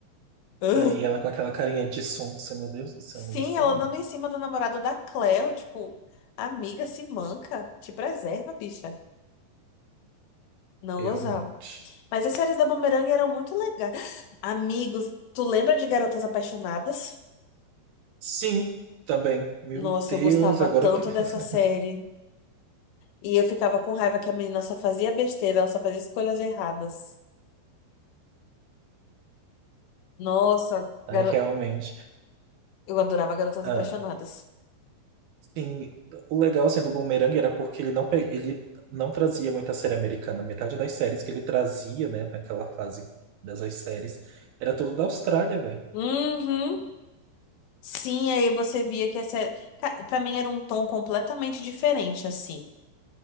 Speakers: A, on the left; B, on the right.
A: <laughs> Ugh.
B: Aí ela com aquela carinha de sonsa, meu Deus do céu,
A: Sim,
B: eu não gostava
A: ela
B: não.
A: dando em cima do namorado da Cleo, tipo. Amiga, se manca. Te preserva, bicha. Não
B: Realmente.
A: gozava. Mas as séries da Boomerang eram muito legais. Amigos, tu lembra de Garotas Apaixonadas?
B: Sim, também. Meu
A: Nossa,
B: Deus,
A: eu gostava
B: agora
A: tanto
B: que. <laughs>
A: dessa série. E eu ficava com raiva que a menina só fazia besteira, ela só fazia escolhas erradas. Nossa,
B: Ai,
A: garo...
B: realmente.
A: eu adorava Garotas
B: Ah,
A: Apaixonadas.
B: sim, o legal assim, do Boomerang era porque ele não, pe- ele não trazia muita série americana. Metade das séries que ele trazia, né, naquela fase dessas séries, era tudo da Austrália, velho.
A: Uhum. Sim, aí você via que a série. Ca- Pra mim era um tom completamente diferente, assim,